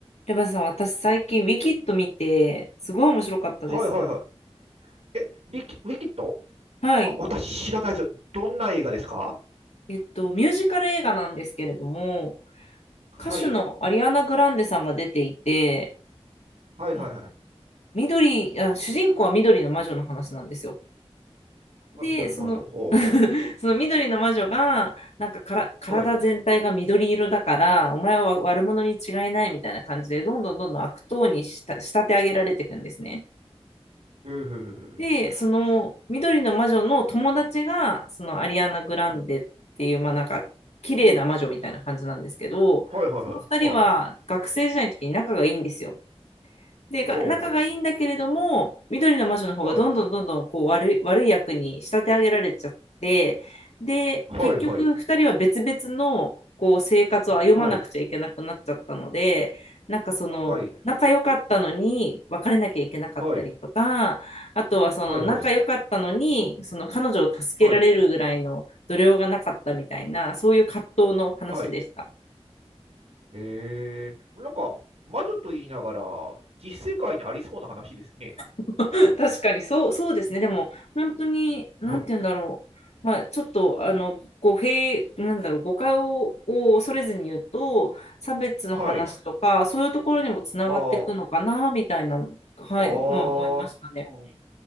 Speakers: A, on the left (about 80°); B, on the right (about 75°).
A: レバさん、私最近、ウィキッド見て、すごい面白かったです。
B: はいはいはい。え、リキ、ウィキッド
A: はい。
B: あ、私知らないです。どんな映画ですか
A: えっと、ミュージカル映画なんですけれども、
B: はい。
A: 歌手のアリアナ・グランデさんが出ていて、
B: はいはいはい。
A: あ緑、あ、主人公は緑の魔女の話なんですよ。
B: はい、
A: で、
B: 緑の魔女。
A: その、
B: ほうほ
A: <laughs> その緑の魔女が、なんかから体全体が緑色だから、
B: う。はい。へ
A: お前は悪者に違いないみたいな感じで、どんどんどんどん悪党にした仕立て上げられていくんですね。
B: えへえへえ。
A: で、その緑の魔女の友達が、そのアリアナ・グランデっていう、
B: うん。
A: まあなんか、綺麗な魔女みたいな感じなんですけど、
B: うん。はいはいはい。
A: その二人は学生時代の時に仲がいいんですよ。
B: はい。
A: で、が仲がいいんだけれども、
B: ほうほ
A: 緑の魔女の方がどんどんどんどんこう悪い、
B: う。は
A: 悪い役に仕立て上げられちゃって、で、
B: い。はいはい。
A: 結局二人は別々のこう生活を歩まなくちゃいけなくなっちゃったので、
B: はい。
A: なんかその仲良かったのに別れなきゃいけなかったりとか、
B: はい。はい。
A: あとはその仲良かったのにその彼女を助けられるぐらいの度量がなかったみたいな、
B: はいはい。はい。
A: そういう葛藤の話でした。
B: はい。えー、なんか、魔女と言いながら、実世界にありそうな話ですね。
A: <laughs> 確かに、そう、そうですね。でも、本当に、なんて言うんだろう。
B: <laughs>
A: まあ、ちょっと、あの、語弊、なんだろう、誤解を、を恐れずに言うと、差別の話とか、
B: はい。
A: そういうところにもつながっていくのかな、
B: あ
A: みたいな、はい、
B: あ、
A: のは思いましたね。
B: ああ、うん。